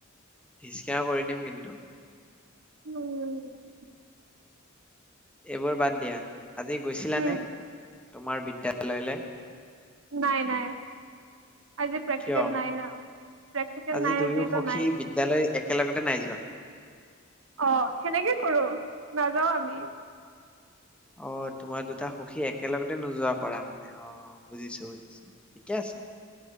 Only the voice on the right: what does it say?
উম।
উম
নাই নাই। আজি প্ৰেক্টিকেল
নাই ন প্ৰক্টিকেল
নাই
আজিটো
নাই।
অ সেনেকে কৰো নাযাও আমি।